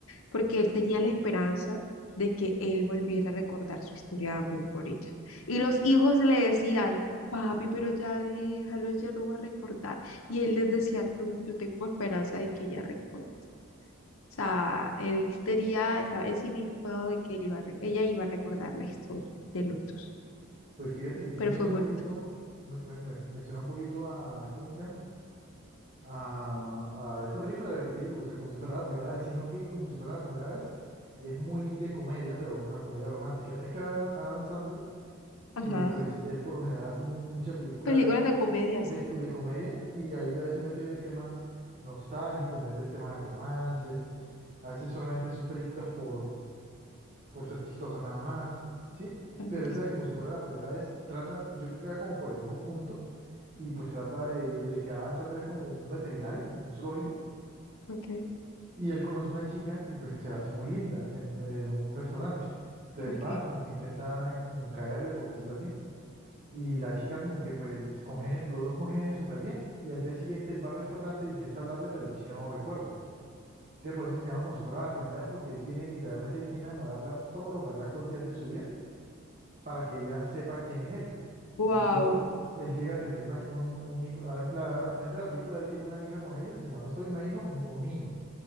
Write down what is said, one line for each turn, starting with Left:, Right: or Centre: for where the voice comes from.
Left: porque él tenía la esperanza de que él volviera a recordar su historia de amor con ella. Y los hijos le decían, papi, pero ya déjalo, ya no va a recordar. Y él les decía, no, yo tengo esperanza de que ella recuerde. O sea, él tenía, estaba ensimismado de que él iba a re- ella iba a recordar la historia de Lutus,
Right: Pues fíjate que sí
Left: pero
Right: me
Left: fue
Right: suena
Left: bonito.
Right: un poquito, me, me, me- me suena un poquito a, ¿cómo que se llama? A, a esta película de la que te digo, o sea, como si fuera la primera vez, sino que como si fuera la primera vez, es muy de comedia, pero una comedia romántica. Es que Adam Sandler
Left: Ajá.
Right: eh, pues él por lo general hace mu- mucha película
Left: Películas de comedia,
Right: de,
Left: sí.
Right: co- de comedia y ahí a veces mete el tema nostálgico, mete el tema de romance, a veces solamente son películas por, por ser chistosas nada más, ¿sí?
Left: A ver,
Right: Pero esa
Left: sí.
Right: de como si fuera la primera vez, trata, yo creo que va como por el mismo punto y pues trata de, de que Adam Sandler es como un veterinario en un zoológico
Left: Ok,
Right: y él conoce una chica y pues se la hace muy linda en, en un restaurante. Entonces
Left: ok.
Right: él va como que intenta como caerle, por decirlo así Y la chica como que pues les congenia- los dos congenian súper bien. Y al día siguiente él va al restaurante, e intenta hablarle, pero la chica no lo recuerda. Entonces por eso es que se llama como si fuera la primera vez, porque él tiene literalmente que enamorarla todos los berracos días de su vida para que ella sepa quién es él.
Left: Wow.
Right: Incluso él llega a tener una- un, un hijo, al, la- al final de la película él tiene una hija con ella, si mal no estoy, una hija, un, un niño.